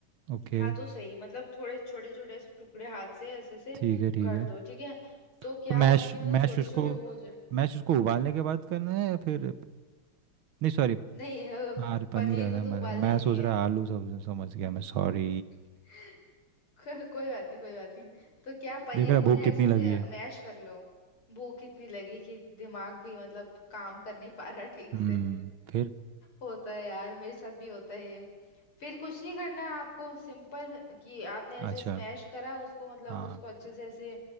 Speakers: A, on the right; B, on the left.
A: ओके
B: हाथों से ही मतलब थोड़े छोटे छोटे ऐसे टुकड़े हाथ से ऐसे ऐसे
A: ठीक है ठीक
B: कर
A: है
B: दो ठीक है तो
A: तो
B: क्या
A: मैश
B: उसके मतलब छोटे
A: मैश उसको
B: छोटे वो हो जाए
A: मैश उसको उबालने के बाद करना है या फिर नहीं सॉरी
B: नहीं अ,
A: हाँ पनीर
B: पनीर
A: है
B: को
A: ना
B: तो
A: मैंने
B: उबालना
A: मैं
B: ही नहीं
A: सोच
B: है
A: रहा आलू सब समझ गया मैं सॉरी
B: <laughs> को, कोई बात नहीं कोई बात नहीं तो क्या पनीर
A: देख रहा
B: को
A: भूख
B: ना
A: कितनी
B: ऐसे ऐसे
A: लगी है
B: मैश कर लो भूख इतनी लगी कि दिमाग भी मतलब काम कर नहीं पा रहा ठीक
A: हम्म
B: से
A: फिर
B: होता है यार मेरे साथ भी होता है ये फिर कुछ नहीं करना है आपको सिंपल कि आपने
A: अच्छा
B: ऐसे स्मैश करा उसको मतलब
A: हाँ
B: उसको अच्छे से ऐसे